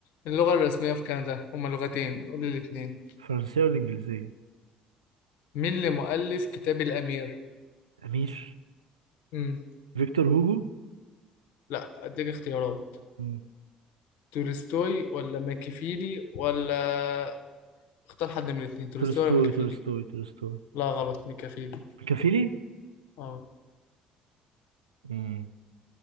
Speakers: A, on the left (about 65°); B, on the right (about 80°).
A: اللغة الرسمية في كندا هما لغتين قول لي الاتنين
B: الفرنسية والانجليزية
A: مين اللي مؤلف كتاب الأمير؟
B: امير
A: مم.
B: فيكتور هوجو
A: لا أديك اختيارات
B: مم.
A: تولستوي ولا ماكيافيلي ولا اختار حد من الاتنين تولستوي
B: تولستوي
A: ولا ماكيافيلي؟
B: تولستوي تولستوي
A: لا غلط ماكيافيلي
B: كافيلي
A: اه
B: مم.